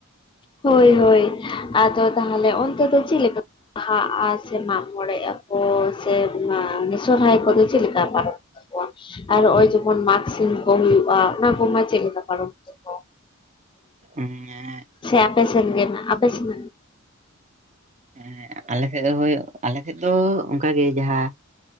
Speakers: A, on the left (about 20°); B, on the right (about 35°).
A: ᱦᱳᱭ ᱦᱳᱭ ᱟᱫᱚ ᱛᱟᱦᱚᱞᱮ ᱚᱱᱛᱮ ᱫᱚ ᱪᱮᱜᱞᱮᱠᱟ ᱵᱟᱦᱟᱜᱼᱟ ᱥᱮ ᱢᱟᱸᱜ ᱢᱚᱬᱮᱜ ᱟᱠᱚ ᱥᱮ ᱥᱚᱨᱦᱟᱭ ᱠᱚᱫᱚ ᱪᱮᱜᱞᱮᱠᱟ ᱯᱟᱨᱚᱢᱚᱜ? ᱟᱨ ᱱᱚᱜᱭ ᱡᱮᱢᱚᱱ ᱢᱟᱜᱽ ᱥᱤᱢ ᱠᱚ ᱦᱩᱭᱩᱜᱼᱟ ᱚᱱᱟ ᱠᱚᱢᱟ ᱪᱮᱜ ᱞᱮᱠᱟ ᱯᱟᱨᱚᱢ ᱛᱟᱠᱚᱣᱟ?
B: ᱩᱸ ᱮᱸᱻ ᱾
A: ᱥᱮ ᱟᱯᱮᱥᱮᱱ ᱜᱮ ᱟᱯᱮᱥᱮᱱ
B: ᱦᱮᱸ ᱟᱞᱮ ᱥᱮᱡ ᱦᱳᱭ ᱟᱞᱮ ᱥᱮᱫ ᱫᱚ ᱚᱱᱠᱟ ᱜᱮ ᱾ ᱡᱟᱦᱟᱸ